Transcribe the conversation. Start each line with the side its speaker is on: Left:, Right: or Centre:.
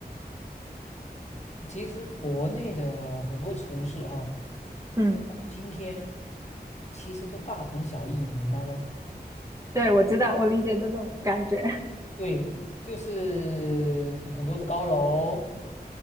Left: 其实国内的很多城市哈，
Right: 嗯，
Left: 今天其实都大同小异，你明白不？
Right: 对，我知道，我理解这种感觉。<laughs>
Left: 对，就是很多的高楼，